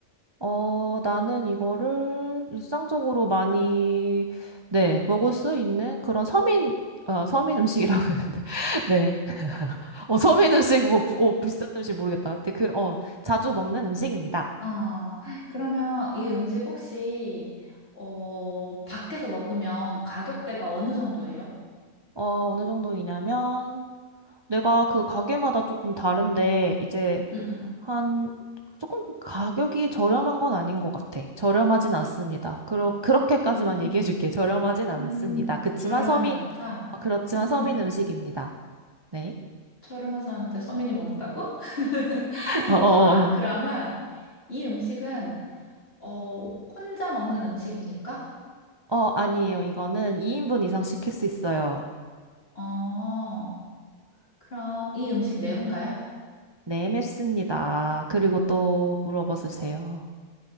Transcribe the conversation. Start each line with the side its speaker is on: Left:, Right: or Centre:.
Right: 어, 나는 이거를 일상적으로 많이, 네, 먹을 수 있는 그런 서민, 어, 서민 음식이라고 했는데. <laughs> 네. 어, 서민 음식, 뭐, 어, 비싼 음식 모르겠다. 근데 그, 어, 자주 먹는 음식입니다.
Left: 어, 그러면 이 음식 혹시, 어, 밖에서 먹으면 가격대가 어느 정도예요?
Right: 어, 어느 정도이냐면, 내가 그 가게마다 조금 다른데, 이제
Left: 음, 음.
Right: 한, 조금 가격이 저렴한 건 아닌 것 같아. 저렴하진 않습니다. 그러, 그렇게까지만
Left: 음,
Right: 얘기해 줄게. 저렴하진 않습니다.
Left: 음,
Right: 그치만
Left: 저렴하진
Right: 서민,
Left: 않다.
Right: 어, 그렇지만
Left: 음,
Right: 서민 음식입니다. 네.
Left: 저렴하지 않은데 서민이 먹는다고? <laughs>
Right: <laughs> 어, 어,
Left: 좋아. 그러면 이 음식은, 어, 혼자 먹는 음식입니까?
Right: 어, 어, 아니에요. 이거는 2인분 이상 시킬 수 있어요.
Left: 어, 그럼 이 음식 매운가요?
Right: 네, 맵습니다. 그리고 또 물어봐 주세요.